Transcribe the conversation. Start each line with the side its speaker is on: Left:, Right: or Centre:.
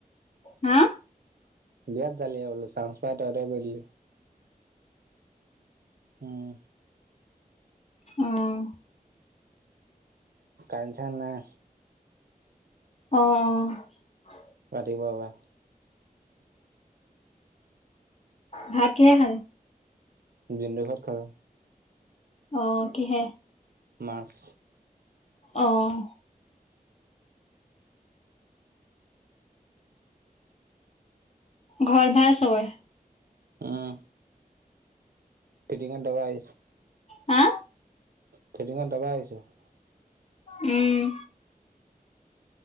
Left: হা
Right: বিয়াত জালি বোলো চাস পাই তহতে গলি উম।
Left: আহঁ
Right: কাইন চাইন নাই।
Left: অঁ অঁ।
Right: ৰাতিপুৱাৰে পৰা।
Left: ভাত কিহে খালে?
Right: জিণ্টু ঘৰত খালোঁ
Left: অঁ কিহে?
Right: মাছ
Left: আহ ঘৰত ভাল ছবৰে
Right: আহ। কেটিংট। <unintelligible> ত ভাই।
Left: হা।
Right: খেইদিঙখন যাবা আহিছো। <unintelligible>
Left: উম।